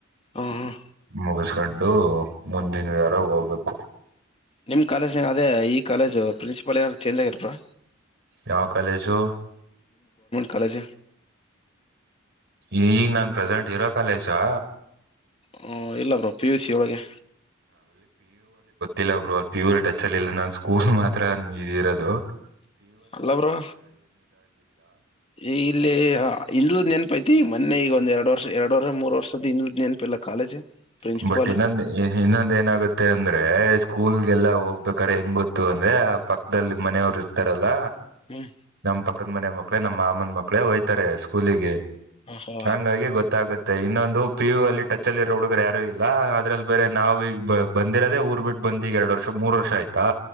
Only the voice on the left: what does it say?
ಹ್ಮ್ ಹ್ಮ್
ನಿಮ್ ಕಾಲೇಜ್ನಾಗ ಅದೇ ಈ ಕಾಲೇಜು ಪ್ರಿನ್ಸಿಪಲ್ ಏನಾದರು ಚೇಂಜ್ ಆಗಿರ ಬ್ರೋ
ಕಾಲೇಜ
ಹ ಇಲ್ಲ ಬ್ರೋ ಪಿ ಯು ಸಿ ಒಳಗೆ
ಅಲ್ಲ ಬ್ರೋ ಈ ಇಲ್ಲಿ ಇಿಂದ್ ನೆನಪೈತಿ ಮೊನ್ನೆ ಈಗ ಒಂದ ಎರಡು ವರ್ಷ ಎರಡು ವರ್ಷ ಮೂರ್ ವರ್ಷದ್ದ ಇನ್ನು್ ನೆನಪಿಲ್ಲ ಕಾಲೇಜ್ ಪ್ರಿನ್ಸಿಪಾಲ್
ಹ್ಮ್
ಹ